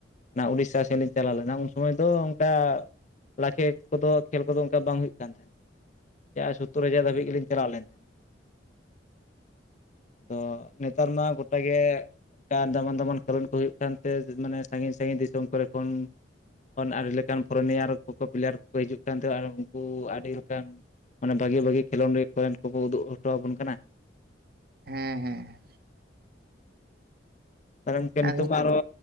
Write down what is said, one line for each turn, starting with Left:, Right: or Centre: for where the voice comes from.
Left: ᱚᱱᱟ ᱩᱰᱤᱥᱥᱟ ᱥᱮᱫ ᱞᱤᱧ ᱪᱟᱞᱟᱣ ᱞᱮᱱᱟ ᱩᱱ ᱥᱚᱢᱚᱭ ᱫᱚ ᱚᱱᱠᱟ ᱞᱟᱠᱷᱮᱼᱼ ᱠᱚᱫᱚ ᱠᱷᱮᱞ ᱠᱚᱫᱚ ᱚᱱᱠᱟ ᱵᱟᱝ ᱦᱩᱭᱩᱜ ᱠᱟᱱ ᱛᱟᱦᱮᱱᱟ᱾ ᱡᱟᱸᱦᱟ ᱥᱳᱛᱳᱨ ᱦᱟᱡᱟᱨ ᱫᱷᱟᱹᱵᱤᱡ ᱜᱮᱞᱤᱧ ᱪᱟᱞᱟᱣ ᱞᱮᱱ ᱛᱚ ᱱᱮᱛᱟᱨ ᱢᱟ ᱜᱚᱴᱟ ᱜᱮ ᱟᱨ ᱫᱟᱢᱟᱱ ᱫᱟᱢᱟᱱ ᱠᱷᱮᱞᱳᱱᱰ ᱠᱚ ᱦᱩᱭᱩᱜ ᱛᱮ ᱢᱟᱱᱮ ᱥᱟᱺᱜᱤᱧ ᱥᱟᱺᱜᱤᱧ ᱫᱤᱥᱚᱢ ᱠᱚᱨᱮ ᱠᱷᱚᱱ ᱟᱹᱰᱤ ᱞᱮᱠᱟᱱ ᱯᱷᱚᱨᱚᱱᱤᱭᱟᱨ ᱠᱚ ᱠᱚ ᱯᱞᱮᱭᱟᱨ ᱠᱚ ᱠᱚ ᱦᱤᱡᱩᱜ ᱠᱟᱱ ᱛᱟᱦᱮᱸᱼᱟ ᱩᱱᱠᱩ ᱟᱹᱰᱤ ᱞᱮᱠᱟᱱ ᱢᱟᱱᱮ ᱵᱷᱟᱜᱤ ᱵᱷᱟᱜᱤ ᱠᱷᱮᱞᱳᱰ ᱠᱚᱨᱮᱱ ᱠᱚ ᱩᱫᱩᱜ ᱦᱚᱴᱚ ᱟᱵᱚᱱ ᱠᱟᱱᱟ᱾
Right: ᱦᱮᱸ ᱦᱮᱸ
Left: ᱟᱫᱚ ᱜᱚᱢᱠᱮ ᱱᱤᱛᱚᱜ
Right: ᱟᱨ
Left: ᱫᱚ ᱟᱨᱦᱚ